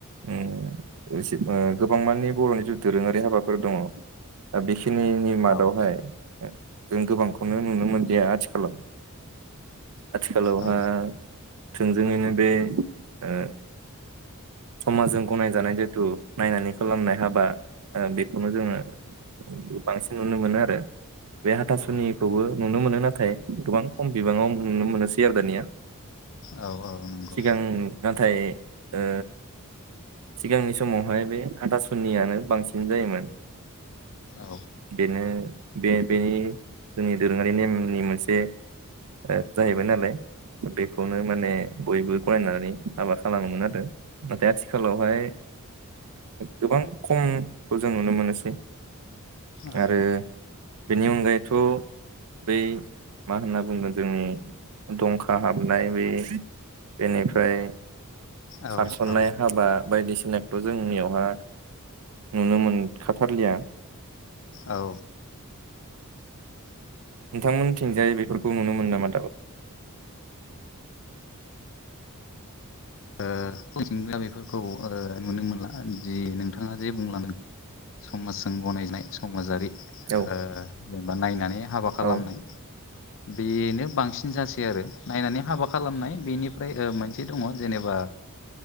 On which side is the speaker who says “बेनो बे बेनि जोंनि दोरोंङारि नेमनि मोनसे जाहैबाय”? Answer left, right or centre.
Right